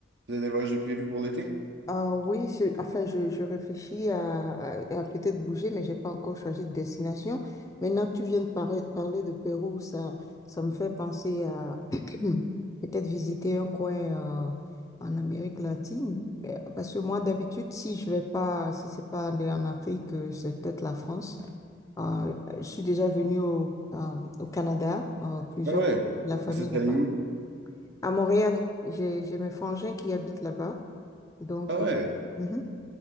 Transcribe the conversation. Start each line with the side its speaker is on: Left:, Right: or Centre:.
Right: vous avez des voyages de prévus pour l'été?
Left: ah oui, je- enfin, je, je réfléchis à, à- à peut-être bouger, mais j'ai pas encore choisi de destination. Maintenant que tu viens de parler, parler de Pérou, ça, ça me fait penser à <clears throat> peut-être visiter un coin euh, en Amérique latine. Mais- Parce que moi, d'habitude, si je vais pas, si c'est pas aller en Afrique, euh, c'est peut-être la France. Enfin, Euh, je suis déjà venue au, euh, au Canada, euh, plusieurs,
Right: Ah ouais.
Left: fois, de la famille
Right: Vous êtes
Left: là-bas.
Right: allé où?
Left: À Montréal, j'ai, j'ai mes frangins qui habitent là-bas. Donc,
Right: Ah ouais.
Left: euh, mhm.